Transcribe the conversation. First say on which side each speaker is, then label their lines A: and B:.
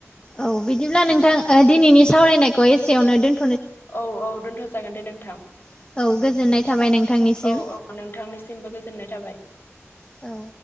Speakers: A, on the left; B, on the left.
A: औ बिदिब्ला नोंथां ओ दिनैनि सावरायनायखौ एसेयावनो दोन
B: औ औ दोन्थ' जागोन दे नोंथां।
A: औ गोजोननाय थाबाय नोंथांनिसिम
B: औ औ नोंथांनिसिमबो गोजोननाय थाबाय।
A: औ